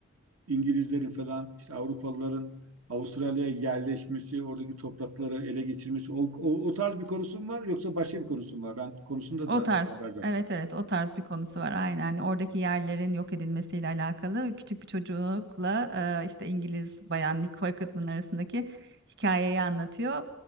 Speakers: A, on the right; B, on the right.
A: İngilizlerin falan işte Avrupalıların Avustralya'ya yerleşmesi, oradaki toprakları ele geçirmesi o, o, o tarz bir konusu mu var yoksa başka bir konusu mu var? Ben konusunda
B: O
A: da
B: tarz.
A: haberdar
B: Evet evet o tarz bir konusu var aynen. Hani Oradaki yerlerin yok edilmesiyle alakalı küçük bir çocukla e, işte İngiliz bayan Nicole Kidman arasındaki hikayeyi anlatıyor.